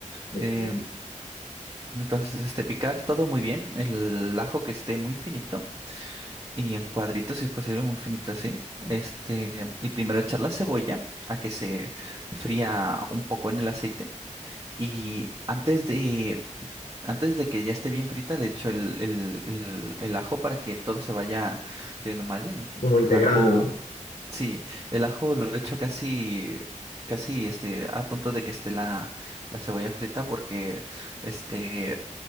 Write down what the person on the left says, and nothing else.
ok.
Como integrando,
¿no?